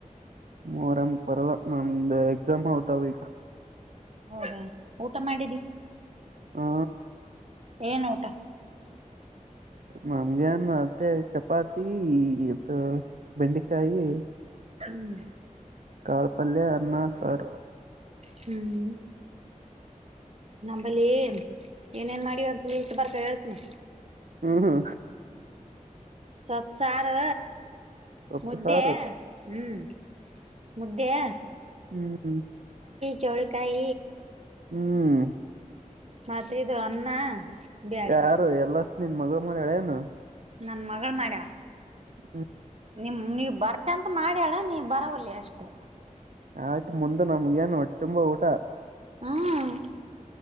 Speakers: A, on the right; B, on the right.
A: ಮರಮ ಪರಲ್ಲ ನಮ ಎಕ್ಸಾಮ ಅವತ ಈಗ
B: ಹೌದಾ ಊಟ ಮಾಡಿದಿ
A: ಹಾ
B: ಏನ್ ಊಟ
A: ನಮ್ಗೆನ್ ಅತ್ತೇ ಚಪಾತಿ ಇದು ಬೆಂಡೆಕಾಯಿ
B: ಹ್ಮ್
A: ಕಾಳಪಲ್ಯ ಅನ್ನ ಸಾರ್
B: ಹ್ಮ್ ನಂಬಲ್ಲಿ ಏನೇನ್ ಮಾಡಿವ ಅಂತ ಇಷ್ಟ ಬರ್ಕ ಹೇಳ್ತನಿ
A: ಹ್ಮ್
B: ಸೊಪ್ಪು ಸಾರು
A: ಸೊಪ್ಪು
B: ಮುದ್ದೆ
A: ಸಾರು
B: ಹ್ಮ್ ಮುದ್ದೆ
A: ಹ್ಮ್
B: ಜೋಳಕಾಯ
A: ಹ್ಮ್
B: ಮತ್ತೆ ಇದು ಅನ್ನ ಬ್ಯಾಳಿ
A: ಯಾರು ಎಲ್ಲ ನಿನ್ ಮಗಳ ಮರ ಎಳೇನ
B: ನನ್ನ ಮಗಳು ಮಾಡ್
A: ಹ್ಮ್
B: ನಿನ್ ಬರ್ತ್ಯ ಅಂತ ಮಾಡ್ಯಳ ನೀ ಬರವಲ್ಲೆ ಅಷ್ಟೇ
A: ಆಯ್ತು ಮುಂದೆ ನಮ್ಗ ಏನು ಹೊಟ್ಟೆ ತುಂಬಾ ಊಟ
B: ಹ್ಮ